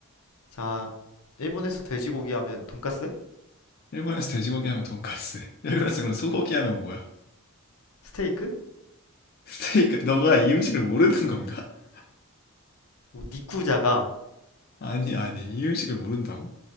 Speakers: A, on the left; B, on the left.
A: 자, 일본에서 돼지고기 하면 돈까스?
B: 일본에서 돼지고기 하면 돈까스. <laughs> 일본에서 그럼 소고기 하면 뭐야?
A: 스테이크?
B: 스테이크. 너가 이 음식을 모르는 건가? <laughs>
A: 뭐 니쿠자가
B: 아니, 아니. 이 음식을 모른다고?